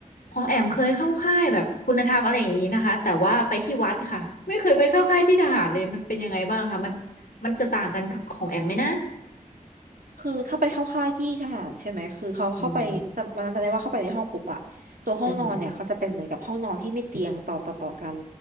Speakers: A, on the left; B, on the right.
A: ของแอมเคยเข้าค่ายแบบคุณธรรมอะไรอย่างนี้นะคะแต่ว่าไปที่วัดค่ะไม่เคยไปเข้าค่ายที่ทหารเลยมันเป็นยังไงบ้างคะมันมันจะต่างกันกับของแอมไหมนะ
B: คือถ้าไปเข้าค่ายที่ทหารใช่ไหมคือเขาเข้าไปจำวันนั้นจำได้ว่าเข้าไปในห้องปุ๊บอะตัวห้องนอนเนี่ยเขาจะเป็นเหมือนกับห้องนอนที่มีเตียงต่อต่อต่อกัน
A: อืมอืม